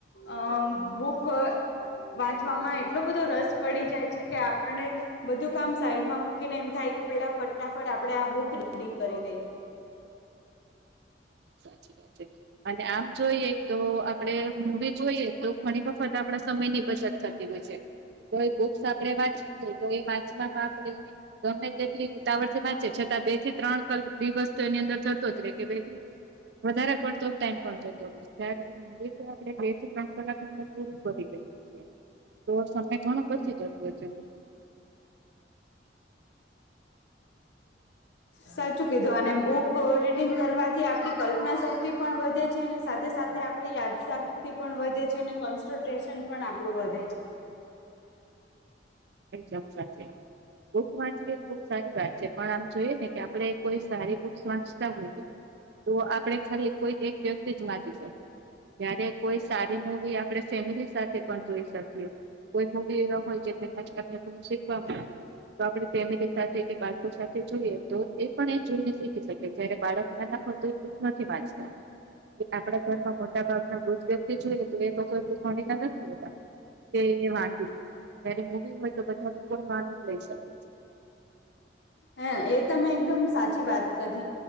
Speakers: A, on the left; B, on the right.
A: અ બુક વાંચવામાં એટલો બધો રસ પડી જાય છે કે આપણને બધું કામ સાઈડમાં મૂકીને એમ થાય કે પેલા ફટાફટ આપડે આ બુક રીડિંગ કરી લઈએ
B: સાચી વાત છે અને આમ જોઈએ તો આપડે મુવી જોઈએ તો ઘણી વખત આપણા સમયની બચત થતી હોય છે કોઇ બુક્સ આપેણે વાંચવવી જોઈ તો કોઇ વાંચવામાં આપણે ગમે તેટલી ઉટાવર થી વાંચી છતાં બે થી ત્રણ દિવસ તો એની અંદર જતો જ રે કે <unintelligible> વધારે પડતો ટાઈમ પણ જતો રહે ત્યારે એ તો આપડે બે થી ત્રણ કલાક ની અંદર શુરુ કરી દઈએ છીએ તો સમય ઘણો બછી જતો છે
A: સાચું કીધું અને બુક રીડિંગ કરવાથી આપડી કલ્પના શક્તિ પણ વધે છે અને સાથે સાથે આપડે યાદશાગથી પણ વધે છે અને કોન્સન્ટ્રેશન પણ આપણું વધે છે
B: મ સાચી વાત બુક વાંચવી બહ સારી વાત છે પણ આમ જોઈએ ને કે આપણે કોઈ સારી બુક્સ વાંચતા હોઈએ તો આપણે ખાલી કોઈ એક વ્યક્તિ જ વાંચી શકે કય્યારે કોઈ સારી મુવી આપણે ફેમિલી સાથે પણ જોઈ શકીએ કોઈ મુવી એવા હોય કે એ ત શીખવાનું તો આપણે ફેમિલી સાથે કે બાળકો સાથે જોઈએ તો એ પણ એ જોઈને શીખી શકે જયારે બાળક ના ના પણ તો દુઃખ નથી વાંચતા આપડા ઘરમાં મોટા ભાગના વૃદ્ધ વ્યક્તિ જોઈએ તો એ લોકો. ભણીલા નથી હોતા તે એ વાંચી. ત્યારે મુવી હોય તો બધા લોકોમાં આનંદ લઈ શકે છે.
A: હ એ તમે એકદમ સાચી વાત કી